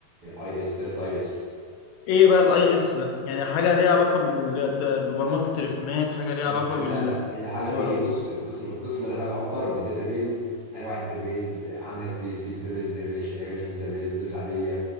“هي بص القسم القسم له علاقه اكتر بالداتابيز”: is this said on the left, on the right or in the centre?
Right